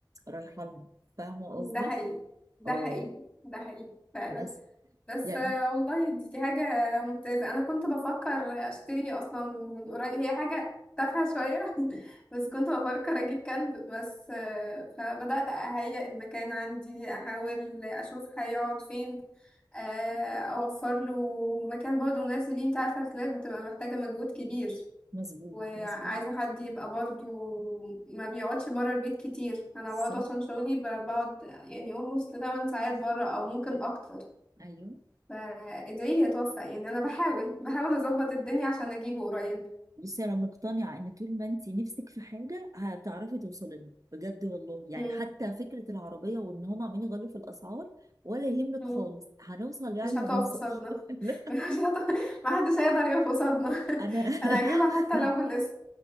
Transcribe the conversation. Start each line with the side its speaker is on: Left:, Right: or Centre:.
Right: رايحه لها فاهمه قصدي
Left: ده حقيقي ده
Right: اه
Left: حقيقي ده حقيقي فعلا
Right: بس
Left: بس
Right: يعني
Left: آه، والله دي دي حاجة ممتازة أنا كنت بفكر أشتري أصلا من قريب هي حاجة تافهة شوية <laughs> بس كنت بفكر أجيب كلب بس آه، فبدأت أهيئ المكان عندي أحاول أشوف هيقعد فين آه، أوفر له مكان برضه مناسب ليه أنت عارفة الكلاب بتبقى محتاجة مجهود كبير
Right: مظبوط
Left: وعايزة
Right: مظبوط
Left: حد يبقى برضه ما بيقعدش برا البيت كتير أنا
Right: صح
Left: بقعد عشان شغلي ب- بقعد يعني almost 8 ساعات برا أو ممكن أكتر
Right: ايوه
Left: فادعي لي اتوفق يعني انا بحاول بحاول اظبط الدنيا عشان اجيبه قريب
Right: بصي انا مقتنعه ان طول ما انت نفسك في حاجه هتعرفي توصلي لها بجد والله يعني
Left: مم.
Right: حتى فكره العربيه وان هم عمالين يغلوا في الاسعار ولا يهمك
Left: مم.
Right: خالص هنوصل يعني
Left: مش هتقف
Right: هنوصل
Left: قصادنا
Right: <laughs> لا
Left: <laughs> مش هتقف ما حدش هيقدر يقف قصادنا
Right: انا
Left: <laughs> انا هجيبها حتى
Right: <laughs>
Left: لو بالقسط